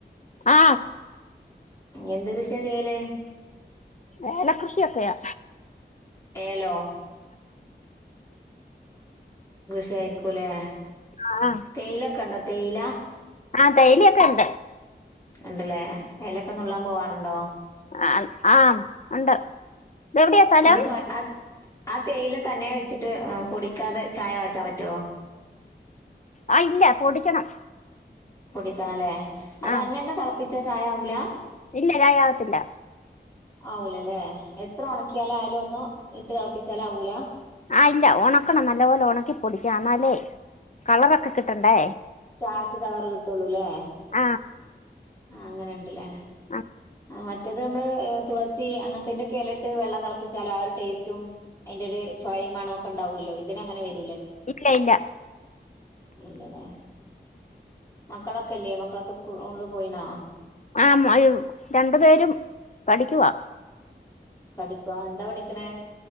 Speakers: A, on the left; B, on the left.
A: ആ
B: എന്ത് കൃഷിയാ ചെയ്യല്
A: ഏല കൃഷിയൊക്കെയ ആ
B: ഏലോ ക്കെ ആയിരിക്കും ല്ലേ
A: ആ
B: തേയില ഒക്കെ ഉണ്ടോ തേയിലാ
A: ആ തേയിലയൊക്കെ ണ്ട്
B: ഉണ്ട്ല്ലേ എലൊക്കെനുള്ളാൻ പോവാറുണ്ടോ
A: ആ ആ ഉണ്ട് ഇത് എവിടെയാ സ്ഥലം
B: നിങ്ങൾ സ്വ അത് ആ തേയില് തന്നെ വെച്ചിട്ട് പൊടിക്കാതെ ചായ കാച്ചാൻ പറ്റുവോ
A: ആ ഇല്ല പൊടിക്കണം
B: പൊടിക്കണംല്ലേ അത്
A: ആ
B: അങ്ങനെ തിളപ്പിച്ചാ ചായവൂല
A: ഇല്ല ചായാകത്തില്ല
B: ആവൂലല്ലേ എത്ര ഉണക്കിയാല ആയാലും ഒന്നും ഇട്ട് തിളപ്പിച്ചാല ആവൂല
A: ആ ഇല്ല ഉണക്കണം നല്ല പോലെ ഉണക്കിപ്പൊടിച്ച എന്നാലേ കളറൊക്കെ കിട്ടണ്ടേ
B: ചായക്ക് കളർ കിട്ടുള്ളൂല്ലേ
A: ആ
B: ആ അങ്ങനെുണ്ടല്ലേ
A: ആ
B: ആ മറ്റത് നമ്മള് തുളസി അങ്ങത്തെന്റെ ഒക്കെ ഇല ഇട്ട് വെള്ളം തിളപ്പിച്ചാലോ ആ ഒരു ടേസ്റ്റ് ച്ചും അതിന്റെ ഒരു ചോവേം മണമൊക്കെ ഉണ്ടാവുമല്ലോ ഇതിനങ്ങനെ വരും
A: ഇല്ല ഇല്ല
B: ഇല്ലല്ലേ മക്കളൊക്കെല്ലേ മക്കളൊക്കെ സ്കൂളിൽ പോയിനോ
A: ആ രണ്ടു പേരും പഠിക്കുവാ
B: പഠിക്കവാ എന്താ പഠിക്കണേ